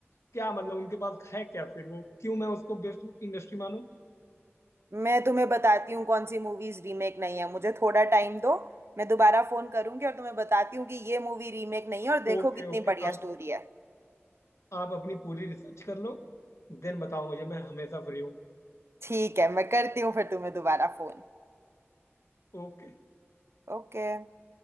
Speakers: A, on the left; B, on the right.
A: क्या मतलब उनके पास है क्या फिर वो क्यों मैं उसको बेस्ट इंडस्ट्री मानूं
B: मैं तुम्हें बताती हूँ कौन सी मूवीज रीमेक नहीं है मुझे थोड़ा टाइम दो मैं दोबारा फोन करूंगी और तुम्हें बताती हूँ कि ये मूवी रीमेक नहीं है और देखो
A: ओके
B: कितनी
A: ओके
B: बढ़िया
A: आप
B: स्टोरी है
A: आप अपनी पूरी रिसर्च कर लो देन बताओ मुझे मैं हमेशा फ्री हूँ
B: ठीक है मैं करती हूँ फिर तुम्हें दोबारा फोन
A: ओके
B: ओके